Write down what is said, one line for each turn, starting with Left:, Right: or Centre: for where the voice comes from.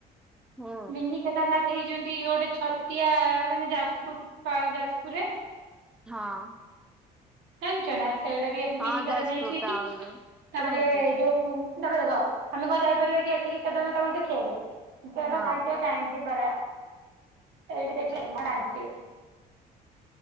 Centre: ହୁଁ
Right: ମିନ କେେତାରନାଥ ହେଇଛନ୍ତି ଗୋଟେ ଛତିଆ ମାନେ ଯାଜପୁର ପା ଯାଜପୁରରେ?
Centre: ହଁ।
Right: ଜାନିଚନା ସେଇଟା ବି ଏ ମିନି
Centre: ହଁ
Right: କେଦାରନାଥ
Centre: ଯାଜପୁର
Right: ହେଇଚି ଏଇଠି
Centre: ଟାଉନରେ
Right: ତାପରେ
Centre: ଶୁଣିଛି।
Right: ଏଇ ଯୋଉ ତାପରେ ଦେଖ ଆମେ କଣ ଯାଇପାରିବା କି ଏଠିକି କେଦାରନାଥ ଠାକୁର ଦେଖିବାକୁ ଏତେବାଟ
Centre: ହଁ
Right: ଭାଗ୍ୟ କାହିଁ ଯିବାର। ଏଇଠୀ ଦେଖିଲେମାଡ଼ମ୍ ଚିଟ୍